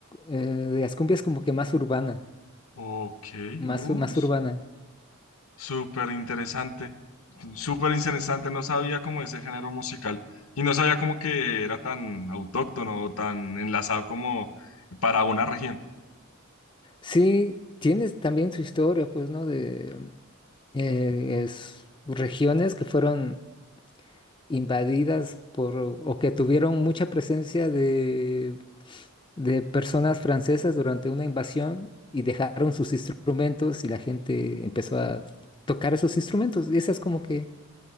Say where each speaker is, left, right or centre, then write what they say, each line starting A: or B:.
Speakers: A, on the left; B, on the left.
A: eh, de las cumbias como que más urbana,
B: Ok,
A: más,
B: uy,
A: más
B: su-
A: urbana.
B: súper interesante. Súper interesante. No sabía cómo ese género musical. Y no sabía como que era tan autóctono o tan enlazado como para una región.
A: Sí, tienes también su historia, pues, ¿no? De eh, es- regiones que fueron invadidas por o que tuvieron mucha presencia de, de personas francesas durante una invasión y dejaron sus instrumentos y la gente empezó a tocar esos instrumentos. Y esa es como que,